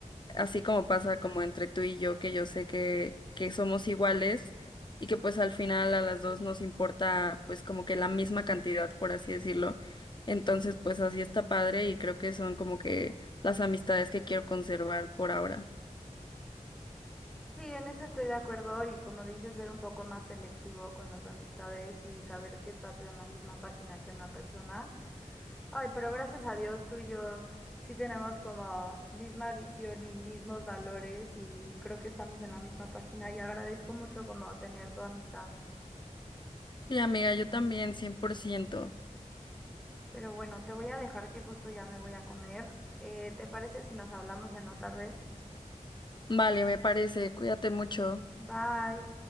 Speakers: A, on the left; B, in the centre.
A: así como pasa como entre tú y yo, que yo sé que, que somos iguales y que pues al final a las dos nos importa pues como que la misma cantidad, por así decirlo. Entonces pues así está padre y creo que son como que las amistades que quiero conservar por ahora.
B: Sí, en eso estoy de acuerdo y como dices, ser un poco más selectivo con las amistades y saber que estás en la misma página que una persona. Ay, pero gracias a Dios tú y yo sí tenemos como misma visión y mismos valores y creo que estamos en la misma página y agradezco mucho como tener tu amistad.
A: Sí, amiga, yo también, 100%.
B: Pero bueno, te voy a dejar que justo ya me voy a comer. Eh, ¿te parece si nos hablamos en la tarde?
A: Vale, me parece, cuídate mucho.
B: Bye.